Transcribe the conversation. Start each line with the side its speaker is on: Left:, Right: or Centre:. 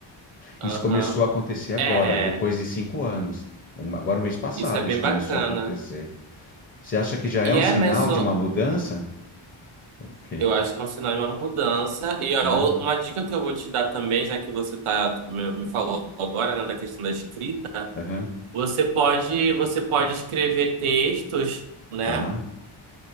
Right: aham.
Left: Isso começou a acontecer agora,
Right: É,
Left: depois de cinco anos. Um- agora, mês passado,
Right: isso é bem
Left: isso começou
Right: bacana.
Left: a acontecer. Você acha que já é
Right: E
Left: um
Right: é,
Left: sinal
Right: Emerson,
Left: de uma mudança? Ok.
Right: eu acho que é um sinal de uma mudança. E a
Left: Aham,
Right: o- uma dica que eu vou te dar também, já que você tá, me, me falou agora, né, da questão da escrita,
Left: aham,
Right: você pode, você pode escrever textos, né?
Left: tá.